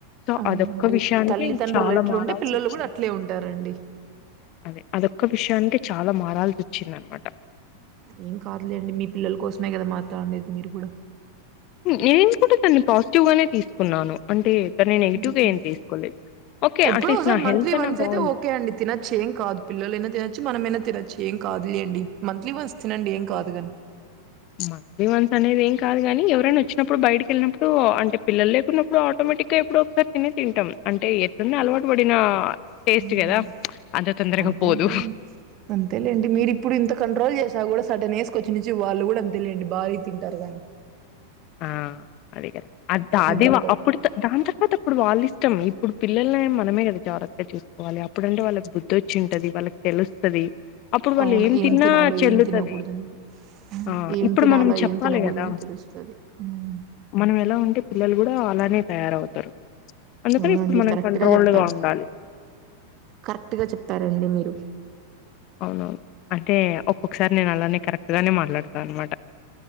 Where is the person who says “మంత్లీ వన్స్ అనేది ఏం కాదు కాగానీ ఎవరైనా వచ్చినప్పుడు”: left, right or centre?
Left